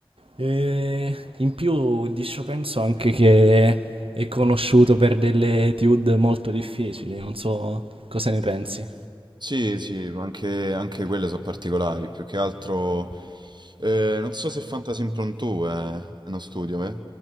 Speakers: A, on the right (about 80°); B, on the right (about 55°).
A: E in più di Chopin so anche che è conosciuto per delle etude molto difficili, non so cosa ne pensi.
B: Sì, sì, ma anche, anche quelle sono particolari, più che altro... eh, non so se Fantasy Impromptu è, è uno studio, eh?